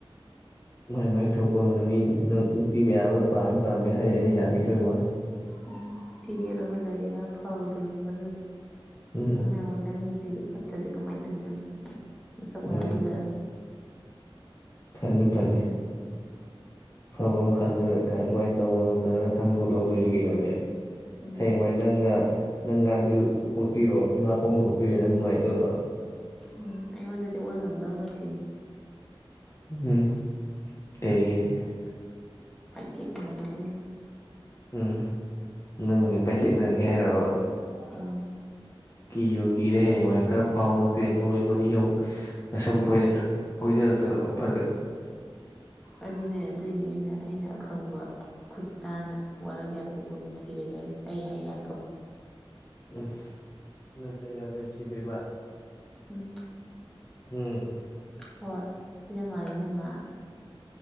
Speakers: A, on the left; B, in the centre.
A: ꯃꯥꯏ ꯃꯥꯏ ꯊꯣꯛꯄ ꯃꯤ ꯅꯨꯄꯤ ꯃꯌꯥꯝꯅ ꯄꯥꯝꯃꯤ ꯄꯥꯝꯃꯤ ꯍꯥꯏ ꯑꯩꯅ ꯌꯥꯕꯤꯗꯕꯩ ꯋꯥꯅꯤ
B: ꯎꯝ ꯊꯤꯒꯦꯔꯥ ꯐꯖꯒꯦꯔꯥ ꯐꯕꯗꯨꯅꯦ ꯃꯔꯨꯗꯤ
A: ꯎꯝ
B: ꯅꯪ ꯍꯌꯦꯡꯋꯥꯏ ꯅꯪ ꯅꯨꯄꯤꯗꯣ ꯐꯠꯇ꯭ꯔꯗꯤ ꯀꯃꯥꯏꯅ ꯇꯧꯗꯣꯏꯅꯣ <inaudible> ꯃꯁꯛ ꯃꯌꯥꯝ
A: ꯎꯝ
B: ꯐꯖꯔꯦ
A: ꯐꯅꯤ ꯐꯅꯤ ꯐꯕ ꯑꯃ ꯈꯜꯂꯒ ꯀꯃꯥꯏ ꯀꯃꯥꯏ ꯇꯧꯕꯅꯣ ꯐꯖꯅ ꯈꯪꯗꯣꯛ ꯂꯧꯗꯣꯏꯅꯤ ꯀꯩꯅꯣꯅꯦ
B: ꯎꯝ
A: ꯍꯌꯦꯡꯋꯥꯏ ꯅꯪꯅ ꯅꯪ <inaudible> ꯁꯨ ꯑꯣꯠꯄꯤꯔꯣ ꯏꯃꯥ ꯄꯥꯎꯁꯨ ꯑꯣꯠꯄꯤꯔ ꯅꯪ ꯅꯨꯡꯉꯥꯏꯗꯣꯏꯔꯣ
B: ꯎꯝ ꯑꯩꯉꯣꯟꯗꯗꯤ ꯑꯣꯏ ꯉꯝꯗꯧ ꯅꯠꯇꯦ
A: ꯎꯝ ꯍ <unintelligible>
B: ꯄꯥꯏꯊꯦꯛꯅꯔꯛꯀꯗꯣꯏꯅꯤ
A: ꯎꯝ ꯅꯪꯒ ꯄꯥꯏꯊꯦꯛꯅꯔꯒꯦ ꯍꯥꯏꯔꯤꯔꯕ
B: ꯎꯝ
A: ꯀꯤꯌꯨ ꯀꯤꯔꯦ ꯍꯌꯦꯡꯋꯥꯏ ꯈꯔ ꯐꯥꯎꯕ ꯅꯨꯄꯤꯒ ꯂꯧꯔꯒ ꯅꯣꯏꯅꯤ ꯑꯃꯨꯛ ꯅꯁꯝ ꯐꯣꯏꯅꯈꯠꯂꯛꯇꯅ ꯑꯃꯨꯛ ꯐꯖ
B: ꯑꯗꯨꯅꯦ ꯑꯗꯨ ꯑꯗꯨꯏꯅꯤ ꯑꯩꯅ ꯑꯩꯅ ꯑꯈꯪꯕ ꯈꯨꯠ ꯁꯥꯥꯅ ꯋꯥꯔꯒ ꯌꯥꯊꯣꯛꯄ ꯑꯃ ꯊꯤꯔꯒ ꯑꯩ ꯍꯥꯏꯊꯣꯛ
A: ꯎꯝ <unintelligible>
B: ꯎꯝ
A: ꯎꯝ
B: ꯍꯣꯏ ꯏꯅꯝꯃ ꯏꯅꯝꯃ